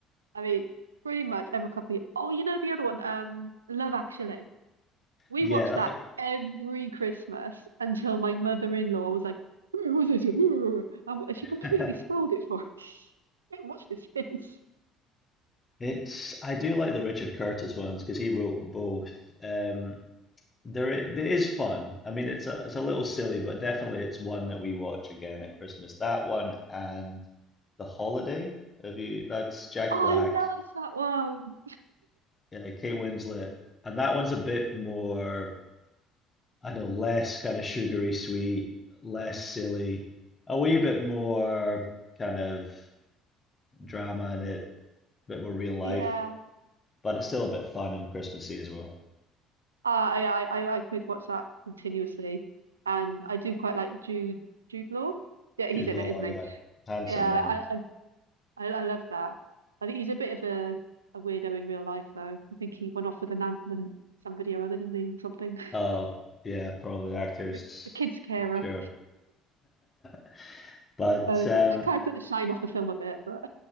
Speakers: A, on the right; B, on the left.
A: I mean, pretty much every couple of years. Oh, you know the other one, um, Love Actually. We
B: Yeah,
A: watched
B: that's
A: that every Christmas until my mother-in-law was like, "Who was this?" <laughs> And she completely
B: like
A: spoiled
B: <laughs>
A: it for us. <laughs> We haven't watched it since.
B: It's I do like the Richard Curtis ones because he wrote both. Um, there i- there is fun. I mean, it's a it's a little silly, but definitely it's one that we watch again at Christmas. That one and The Holiday. Have you? That's Jack
A: Oh,
B: Black,
A: I love that one.
B: uh, Kate Winslet, and that one's a bit more I know less kind of sugary sweet, less silly, a wee bit more kind of drama in it, a bit more real life,
A: Yeah.
B: but it's still a bit fun and Christmassy as well.
A: Uh, I I I I could watch that continuously, and I do quite like Jude Jude Law. Yeah, he's
B: Jude
A: in
B: Law,
A: it, isn't
B: yeah,
A: he?
B: handsome
A: Yeah,
B: man.
A: I I I I love that. I think he's a bit of a a weirdo in real life, though. I think he went off with an aunt and somebody or other, didn't he, or something? <laughs>
B: Oh, yeah, probably actors,
A: The the kid's carer.
B: I'm sure. <laughs> But
A: Uh,
B: um,
A: so that kind of took the shine off the film a bit, but